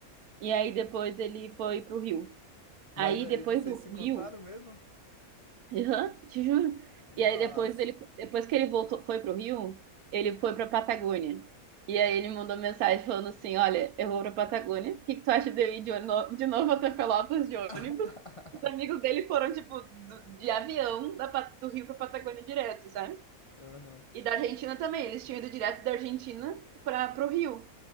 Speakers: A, on the right; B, on the left.
A: E aí depois ele foi pro Rio.
B: Mas
A: Aí
B: aí,
A: depois
B: vocês
A: do
B: se
A: Rio.
B: encontraram mesmo?
A: Aham, te juro.
B: Nossa.
A: E aí depois ele, depois que ele voltou, foi pro Rio, ele foi pra Patagônia. E aí ele mandou mensagem falando assim, olha, eu vou pra Patagônia, o que que tu acha de eu ir de, ono- de novo até Pelotas de ônibus?
B: <laughs>
A: Os amigos dele foram, tipo, do- de avião da Pa- do Rio pra Patagônia direto, sabe?
B: Uhum.
A: E da Argentina também, eles tinham ido direto da Argentina pra, pro Rio.